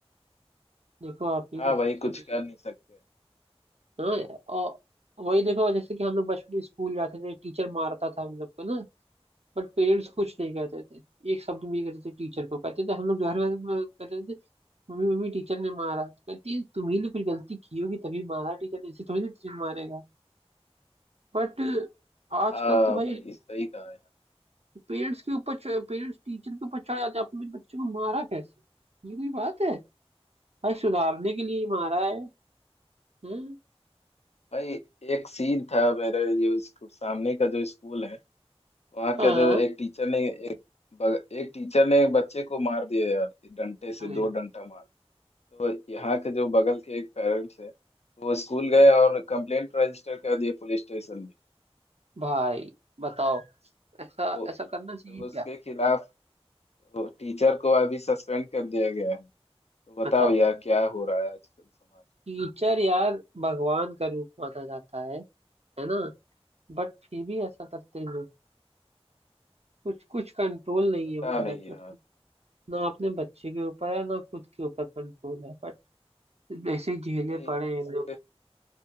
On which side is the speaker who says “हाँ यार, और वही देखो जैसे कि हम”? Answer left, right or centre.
Right